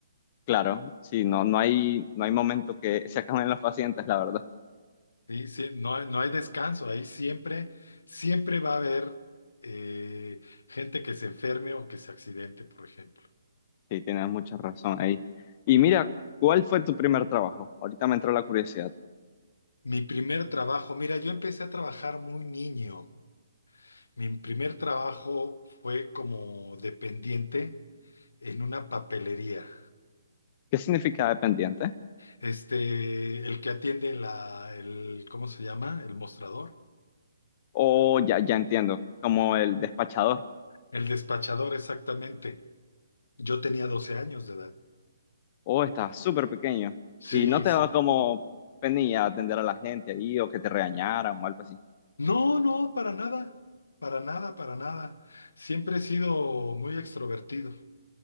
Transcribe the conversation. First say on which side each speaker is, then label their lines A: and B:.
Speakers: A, on the left; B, on the left.
A: Claro. Sí, no, no hay, no hay momento que se acaben los pacientes, la verdad.
B: Y sí, no hay, no hay descanso, ahí siempre, siempre va a haber eh, gente que se enferme o que se accidente, por ejemplo.
A: Sí, tienes mucha razón ahí. Y mira, ¿cuál fue tu primer trabajo? Ahorita me entró la curiosidad.
B: Mi primer trabajo, mira, yo empecé a trabajar muy niño. Mi primer trabajo fue como dependiente en una papelería.
A: ¿Qué significa dependiente?
B: Este, el que atiende la, el, ¿cómo se llama? El mostrador.
A: O ya, ya entiendo, como el despachador.
B: El despachador, exactamente. Yo tenía 12 años de edad.
A: Oh, estás súper pequeño.
B: Sí,
A: Y no te
B: sí.
A: daba como penilla atender a la gente ahí o que te regañaran o algo así.
B: No, no, para nada. Para nada, para nada. Siempre he sido muy extrovertido.